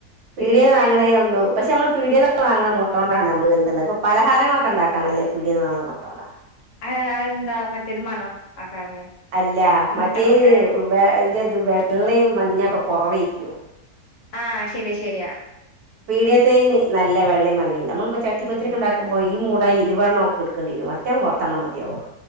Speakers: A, on the right; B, on the left.
A: പീടീന്ന്
B: ഇത് പിന്നെ
A: വാങ്ങണേയോന്നും പക്ഷെ നമ്മള് പീടീയന്ന് വാങ്ങണ മുട്ട കൊണ്ടാണ് നമ്മള് എന്തെങ്കി പലഹാരങ്ങളൊക്കെ ഉണ്ടാക്കാനല്ലേ പിടീന്ന്‌ വാങ്ങണ മുട്ട കൊണ്ടാ.
B: ആഹ് അത് എന്താ മറ്റേതിന് മണം ആ കാരണം
A: അല്ല മറ്റേയ്
B: മുട്ടമണം ഏഹ്
A: അതിന്റെത് വെള്ളയും മഞ്ഞൊക്കെ കുറവല്ലേ.
B: ആഹ് ശരിയാ ശരി.
A: പീടിയത്തേന് നല്ല വെള്ള മഞ്ഞയുണ്ട് നമ്മളിപ്പോ ചട്ടിപ്പത്തിരി
B: ഉം
A: ഉണ്ടാക്കുമ്പോ ഈ മൂ ട്ട ഇരുപത് എണ്ണം ഒക്കെ എടുക്കേണ്ടിവരും. മറ്റേ പത്തെണ്ണം മതിയാവും.